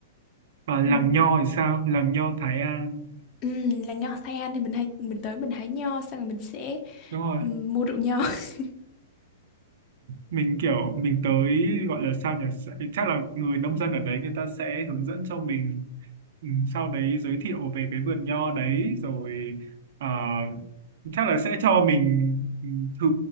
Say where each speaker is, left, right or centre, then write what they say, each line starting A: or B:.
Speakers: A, on the right; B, on the left.
A: và làng
B: Ừ.
A: Nho thì sao làng Nho Thái An
B: Ừm, là nho Tây An thì mình hay mình tới mình hái nho xong rồi mình sẽ
A: đúng rồi
B: ừm, mua rượu nho. <laughs>
A: mình kiểu mình tới gọi là sao nhỉ Sẽ- chắc là người nông dân ở đấy người ta sẽ hướng dẫn cho mình ừ, sau đấy giới thiệu về cái vườn nho đấy rồi à, chắc là sẽ cho mình ừ, thử